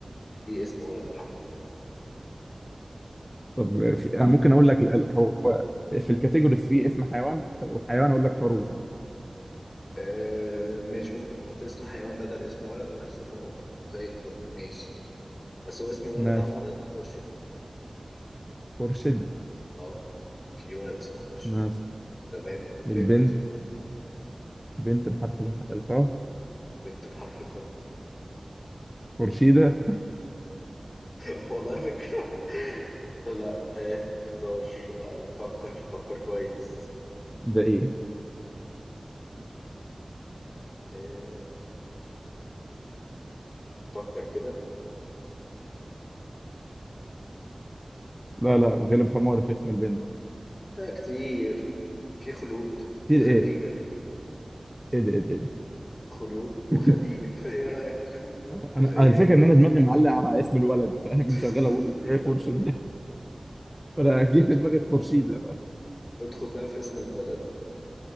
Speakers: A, on the left (about 50°); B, in the centre.
A: في اسم ولد بحرف الخاء
B: طب في... أنا ممكن أقول لك ال- هو في الكاتيجوري في اسم حيوان لو حيوان أقول لك خروف مثلا.
A: آه ماشي ممكن نحط اسم حيوان بدل اسم ولد ونحسبها نقطة زي الفل ماشي بس هو اسم الولد
B: ماشي
A: عامة خورشيد
B: خورشيد
A: اه في ولد اسمه خورشيد
B: ماشي
A: تمام البنت
B: البنت بنت بحرف الح- الخاء
A: بنت بحرف الخاء
B: خورشيدة
A: <laughs> والله فكرة لا ها اختار وفكر فكر فكر كويس
B: ده إيه
A: آه، فكر كده
B: لا لا غلب حماري في اسم البنت
A: آه، كتير في خلود
B: كتير
A: وخديجة
B: إيه إيه ده إيه ده إيه ده؟
A: خلود وخديجة
B: <laughs>
A: <laughs> ايه رأيك
B: أنا
A: وخيرية
B: الفكرة إن أنا دماغي معلقة مع اسم الولد فاهم
A: <laughs>
B: شغال أقول إيه خورشيد <laughs> ده فأنا
A: طيب
B: جه
A: أد-
B: في دماغي خورشيدة بقى.
A: ادخل بقى في اسم البلد